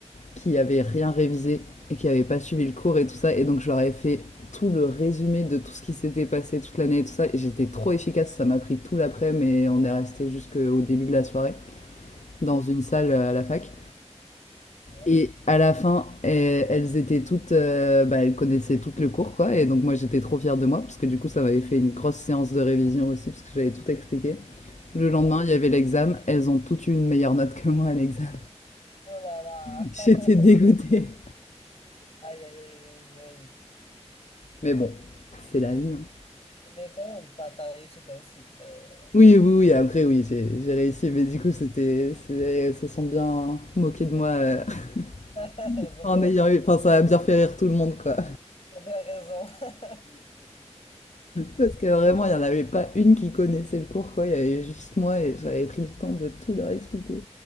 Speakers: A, on the left; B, on the left.
A: qui avaient rien révisé et qui n'avaient pas suivi le cours et tout ça. Et donc, je leur ai fait tout le résumé de tout ce qui s'était passé toute l'année et tout ça. Et j'étais trop efficace, ça m'a pris tout l'après, mais on est resté jusqu'au début de la soirée dans une salle euh, à la fac.
B: ouais,
A: Et à la fin, eh, elles étaient toutes, euh, bah, elles connaissaient toutes le cours, quoi. Et donc moi, j'étais trop fière de moi, parce que du coup, ça m'avait fait une grosse séance de révision aussi, parce que j'avais tout expliqué. Le
B: ouais.
A: lendemain, il y avait l'examen. Elles ont toutes eu une meilleure note que moi à l'examen.
B: Oh là là.
A: <laughs> J'étais
B: <laughs>
A: dégoûtée.
B: Aïe, aïe, aïe, aïe, aïe.
A: Mais bon, c'est la vie. hein.
B: Mais quand même, t'as, t'as réussi toi aussi. ça- donc.
A: Oui, oui, oui. Après, oui, j'ai j'ai réussi, mais du coup, c'était, c'est- elles se sont bien moquées de moi. euh,
B: <laughs>
A: <laughs>
B: Elles ont
A: en
B: bien,
A: ayant eu, enfin, ça a bien fait rire tout le monde, quoi.
B: elles ont bien raison. <laughs>
A: Parce que vraiment, il n'y en avait pas une qui connaissait le cours, quoi. Il y avait juste moi et j'avais pris le temps de tout leur expliquer.